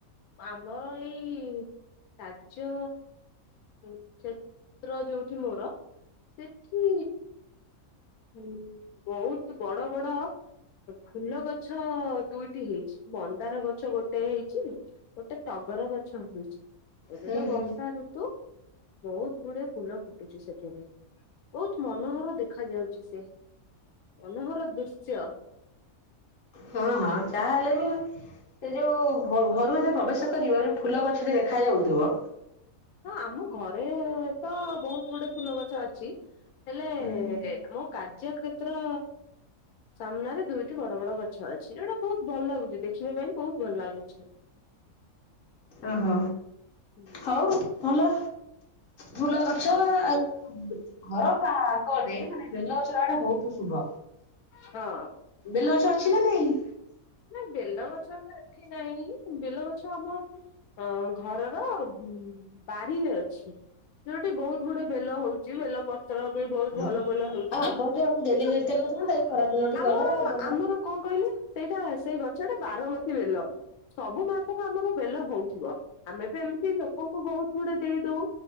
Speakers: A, on the left (about 85°); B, on the left (about 65°).
A: ପାମର ଏଇ କାର୍ଯ୍ୟ କ୍ଷେତ୍ର ଯୋଉଠି ମୋର ସେଠି ହୁଁ, ବହୁତ ବଡ ବଡ ଫୁଲ ଗଛ ଦୁଇଟି ହେଇଛି, ମନ୍ଦାର ଗଛ ଗୋଟେ ହେଇଛି। ଗୋଟେ ଟଗର ଗଛ <unintelligible> ଏବେ
B: ହୁଁ
A: ତ
B: ହୁଁ
A: ବର୍ଷା ଋ ତୁ ବହୁତ ବଡ ଫୁଲ ଫୁଟୁଛି ସେଥିରେ, ବହୁତ ମନୋହର ଦେଖାଯାଉ ଛି ସେ ମନୋହର ଦୃଶ୍ୟ।
B: ହଁ ହଁ, ଯାହା ହେଲେ ବି ସେ ଯୋଉ ଘ ଘରୁ ଏତେ ପ୍ରବେଶ କରିବ, ଯୋଉ ଫୁଲ ଗଛଟା ଦେଖା ଯାଉଥିବ।
A: ହଁ ଆମ ଘରେ ତ ବହୁତ ଗୁଡେ ଫୁଲ ଗଛ ଅଛି, ହେଲେ
B: ହୁଁ ହୁଁ।
A: ଆମ କାର୍ଯ୍ୟ କ୍ଷେତ୍ର ସାମ୍ନାରେ ଦୁଇଟି ବଡ ବଡ ଗ- ଛ ଅଛି, ଯୋଉଟା ବହୁତ ଭଲ ଲାଗୁଛି, ଦେଖିବା ପାଇଁ ବହୁତ ଭଲ ଲାଗୁଛି।
B: ଓହୋ,
A: ହୁଁ।
B: ହଉ ଭଲ। ଫୁଲ ଗଛ
A: ହଁ
B: ଆଉ ଘର ଫାଙ୍କରେ, ମାନେ ବେଲଗଛର ଆଡେ ବହୁତ ଶୁଭ,
A: ହଁ।
B: ବେଲଗଛ ଅଛି ନା ନାଇଁ?
A: ନା ବେଲଗଛ ତ ଏଠି ନାଇଁ, ବେଲଗଛ ଆମ ଅ ଘରର ବାଡିରେ ଅଛି। ଯୋଉଠି ବହୁତ ଗୁଡେ ବେଲ ହଉଛି, ବେଲ ପ- ପତ୍ର ବି ବହୁତ
B: ହଁ
A: ଭଲ ଭଲ ହେଉଛି
B: ଆଉ ଆପଣ ଟିକେ ଆମକୁ ଦେଲେ
A: କିନ୍ତୁ
B: ହେରିତେଲ ନଥାନ୍ତା ଏଇ ଖରା ଦିନଟି
A: ଆମର
B: ଗଲା ବେଲ
A: ଆମର କଣ କହିଲେ, ସେଇଟା ସେଇ ଗଛଟା ବାର ମାସି ବେଲ ସବୁ ମାସରେ ଆମର ବେଲ ହଉଥିବ, ଆମେ ବି ଏମିତି ଲୋକଙ୍କୁ ବହୁତ ଗୁଡେ ଦେଇ ଦଉ।